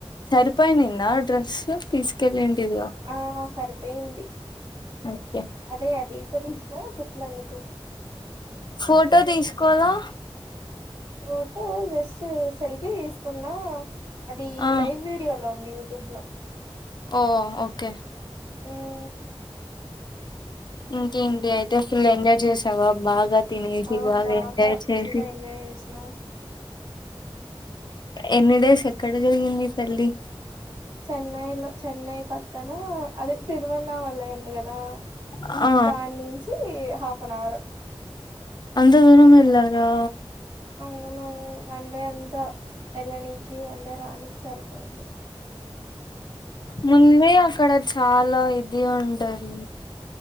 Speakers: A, on the left; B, on the right.
A: సరిపోయి నింద డ్రెసు తీసుకెళ్లిలుంటివిగా
B: ఆ సరిపోయింది
A: ఓకే
B: అదే అవి ఇప్పాదిసినా కుట్లు అందుకు
A: ఫోటో తీసుకోలా
B: ఫోటో జస్ట్ సెల్ఫీ తీసుకున్నా అది
A: ఆ
B: లైవ్ వీడియో లో ఉంది యూట్యూబ్ లో
A: ఓ ఓకే
B: హ్మ్
A: ఇంకేంటి అయితే ఫుల్ ఎంజాయ్ చేసావా బాగా తినేసి
B: ఆ
A: బాగా ఎంజాయ్ చేసి
B: ఫుల్ ఎంజాయ్ చేసిన
A: ఎన్ని డేస్ ఎక్కడ జరిగింది పెళ్ళి
B: చెన్నైలో చెన్నై పక్కన అదే తిరుమన్నా వల్ల ఉంది కదా
A: ఆ
B: దాని నుంచి హాఫ్ అన్ అవర్
A: అంత దూరం వెళ్ళారా
B: అవును వన్డే అంత వెళ్ళానికి వన్ డే రానికి సారిపోయింది
A: ముందే అక్కడ చాలా ఇది ఉంటది